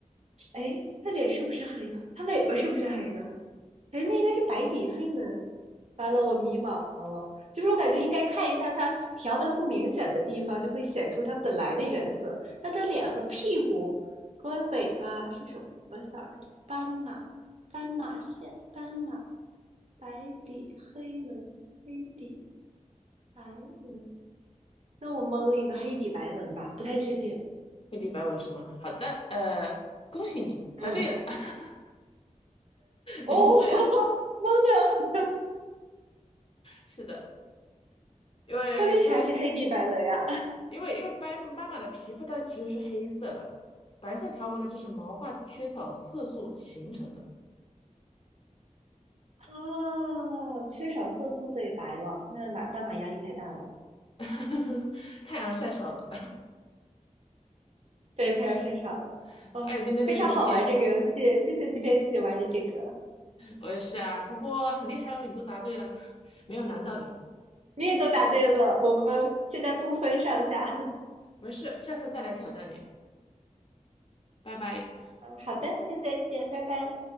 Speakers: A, on the right; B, on the left.
A: 哎，他脸是不是黑的？他尾巴是不是黑的？哎，那应该是白底黑纹。完了，我迷茫了。就是我感觉应该看一下它条纹不明显的地方，就会显出它本来的原色。那它脸和屁股和尾巴是什么色儿的？斑马，斑马线，斑马，白底黑纹，黑底白纹。那我蒙一个黑底白纹吧，不太确定。
B: 黑底白纹是吗？好的，呃，恭喜你答对了，
A: 嗯，
B: <laughs>
A: 哦，
B: 你蒙对了。
A: <laughs> 蒙的，
B: 是的，因为因为
A: 它为啥是黑底白纹呀？
B: 因为因为斑斑马的皮肤它其实是黑色的，白色条纹呢就是毛发缺少色素形成的。
A: 啊，缺少色素所以白了，那马斑马压力太大了，
B: <laughs> 太阳晒少了，
A: 对，太阳晒傻了。
B: <laughs>
A: 哦，
B: 哎，今天这个游戏
A: 非常好玩这个游戏，谢谢今天一起玩的这个，
B: 我也是啊，不过很厉害哦，你都答对了，<laughs> 没有难到你，
A: 你也都答对了，我们现在不分上下。<laughs>
B: 没事，下次再来挑战你，拜拜。
A: 嗯，好的，下次再见，拜拜。